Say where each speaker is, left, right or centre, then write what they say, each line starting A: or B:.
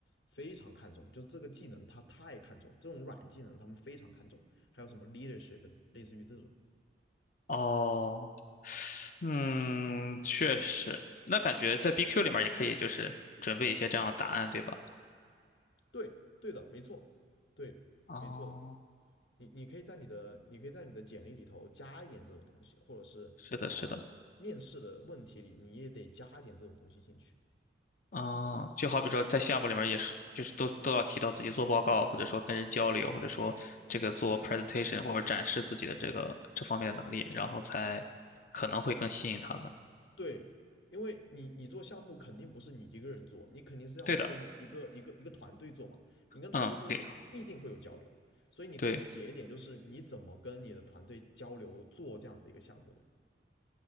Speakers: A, on the left; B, on the left.
A: 非常看重，就是这个技能他太看重，这种软技能他们非常看重，还有什么 leadership，类似于这种。
B: 哦，嗯，确实，那感觉在 BQ 里面也可以，就是准备一些这样的答案，对吧？
A: 对，对的，没错，对，
B: 哦，
A: 没错的。你你可以在你的你可以在你的简历里头加一点这种东西，或者是啊、
B: 是的，是的。
A: 呃面试的问题里你也得加一点这种东西进去。
B: 啊，就好比说在项目里面也是，就是都都要提到自己做报告，或者说跟人交流，或者说这个做 presentation 或者展示自己的这个这方面的能力，然后才可能会更吸引他们。
A: 对，因为你你做项目肯定不是你一个人做，你肯定是要跟一个一个一个团队做嘛。
B: 对的，
A: 你跟团队做就必定会有交流，
B: 嗯，对，
A: 所以你可以写一点，
B: 对，
A: 就是你怎么跟你的团队交流做这样子的一个项目的。